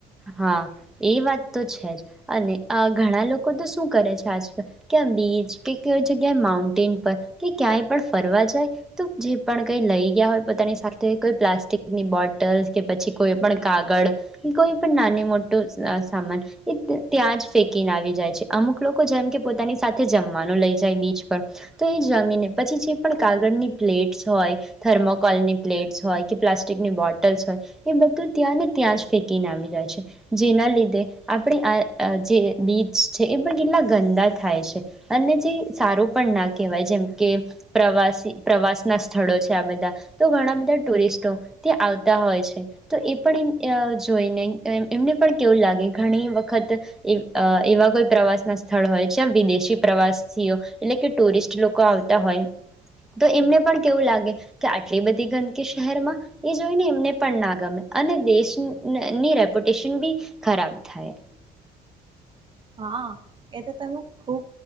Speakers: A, in the centre; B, on the right.
A: હા એ વાત તો છે જ અને અહ ઘણા લોકો તો શું કરે છ છાછ ક્યાં બીચ કે કોઈ જગ્યાએ માઉન્ટેન પર કે ક્યાંય પણ ફરવા જાય તો જે પણ કઈ લઈ ગયા હોય પોતાની સાથે કોઈ પ્લાસ્ટિકની બોટલ્સ કે પછી કોઈ પણ કાગળ કોઈ પણ નાની મોટું સ-સામાન એ ત્યાં જ ફેંકીને આવી જાય છે. અમુક લોકો જેમ કે પોતાની સાથે જમવાનું લઈ જાય બીચ પર તો એ જમીને પછી જે પણ કાગળની પ્લેટ્સ હોય થર્મોકોલની પ્લેટ્સ હોય કે પ્લાસ્ટિકની બોટલ્સ હોય એ બધું ત્યાંને ત્યાં જ ફેંકીને આવી જાય છે. જેના લીધે આપણી આહ આહ જે બીચ છે એ પણ કેટલા ગંદા થાય છે. અને જે સારું પણ ના કહેવાય જેમ કે પ્રવાસી પ્રવાસનાં સ્થળો છે આ બધા તો ઘણા બધા ટુરિસ્ટો ત્યાં આવતા હોય છે તો એ પણ એમ અજ જોઈને એમ-એમને પણ કેવું લાગે ઘણી વખત એવ આહ એવા કોઈ પ્રવાસના સ્થળ હોય છે વિદેશી પ્રવાસીઓ એટલે કે ટુરિસ્ટ લોકો આવતા હોય તો એમને પણ કેવું લાગે કે આટલી બધી ગંદકી શહેરમાં એ જોઈને એમને પણ ના ગમે અને દેશ ની ને ની રેપ્યુટેશન બી ખરાબ થાય.
B: હા એ તો તમે ખુબ